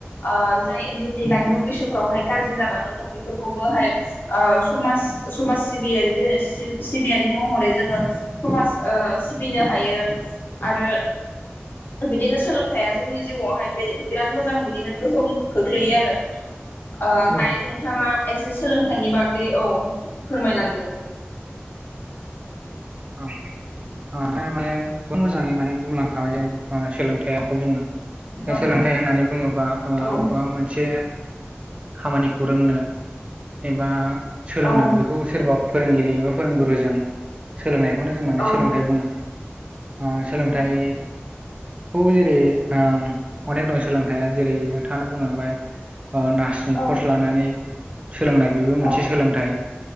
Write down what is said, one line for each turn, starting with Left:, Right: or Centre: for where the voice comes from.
Left: ओ जाय ओनदि दि लाइमोन बैसोफ्रावहाय गाज्रि जालाङो जों बेफोरखौबोहाय ओ समाज समाज सिबियारि जि सिबियारि महरै जोङो समाज ओ सिबिनो हायो आरो बिदिनो सोलोंथाइया जोंनि जिउआवहाय बिराद मोजां बिदिनो गोहोम खोख्लैयो आरो रो ओ दायो
Right: औ
Left: नोंथाङा एसे सोलोंथाइनि बागै औ फोरमायलांदो
Right: <inaudible> <inaudible> माने मोजाङै माने बुंलांखाबायो सोलोंथाइखौ बुङो
Left: औ
Right: सोलोंथाइ होननानै बुंङोबा ओ
Left: औ
Right: बबबा मोनसे खामानिखौ रोंनो एबा सोलोंनो
Left: औ
Right: बेखौ सोरबा फोरोंगिरि एबा फोरोंगुरुजों सोलोंनायखौनो जों माने
Left: औ
Right: सोलोंथाइ बुंङो। ओ सोलोंथाइ
Left: औ
Right: खौ जेरै ओ अनेक दं सोलोंथाइया जेरै नोंथाङानो बुंलांबाय ओ नार्सनि
Left: औ
Right: कर्स लानानै सोलोंनाय बेबो मोनसे
Left: औ
Right: सोलोंथाइ